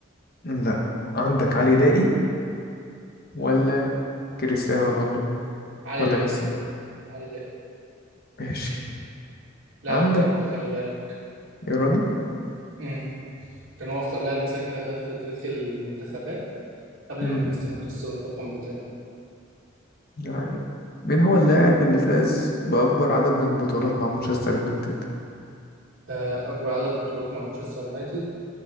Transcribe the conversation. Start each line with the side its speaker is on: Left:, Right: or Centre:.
Left: لا عندك علي دائي ولا
Right: أيوه
Left: كريستيانو رونالدو
Right: علي
Left: ولا
Right: دائي
Left: ميسي
Right: علي دائي
Left: ماشي
Right: لاعب
Left: عندك
Right: رواندا خلي بالك
Left: إيراني
Right: امم كان هو أكتر لاعب مسجل أهداف في تاريخ المنتخبات قبل
Left: مم.
Right: ما كريستيانو يكسر الرقم بتاعه
Left: يعني مين هو اللاعب اللي فاز بأكبر عدد من البطولات مع مانشستر يونايتد
Right: آه... أكبر عدد بطولات مع مانشستر يونايتد